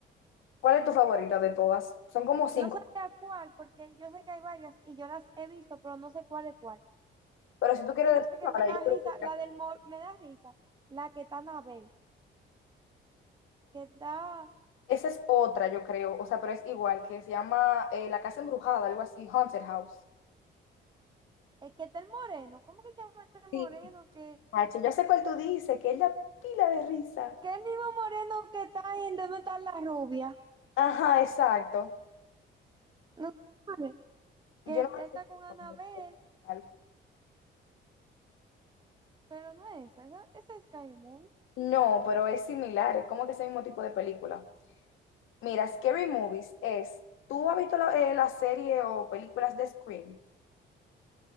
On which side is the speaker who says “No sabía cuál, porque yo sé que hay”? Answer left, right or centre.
Right